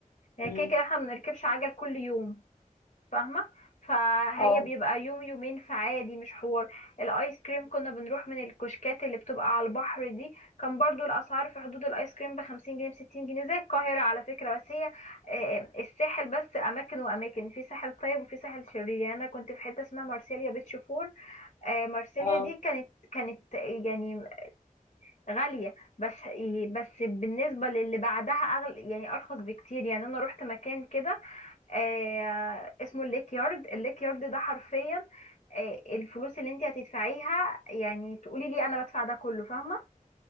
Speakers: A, on the left; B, on the left.
A: يعني
B: مم.
A: كده كده احنا بنركبش عجل كل يوم فاهمة فهي
B: اه
A: بيبقى يوم يومين فعادي مش حوار الايس كريم كنا بنروح من الكشكات اللي بتبقى على البحر دي كان برضو الاسعار في حدود الايس كريم بخمسين جنيه بستين جنيه زي القاهرة على فكرة بس هي آه، آه، الساحل بس اماكن واماكن في ساحل طيب وفي ساحل شرير يعني انا كنت في حتة اسمها مارسيليا بيتش فور آه، مارسيليا
B: اه
A: دي كانت كانت يعني غالية بس بس بالنسبة للي بعدها اغلى يعني ارخص بكتير يعني انا روحت مكان كده آه اسمه الليك يارد الليك يارد ده حرفيا آه الفلوس اللي انت هتدفعيها يعني تقولي لي انا بدفع ده كله فاهمه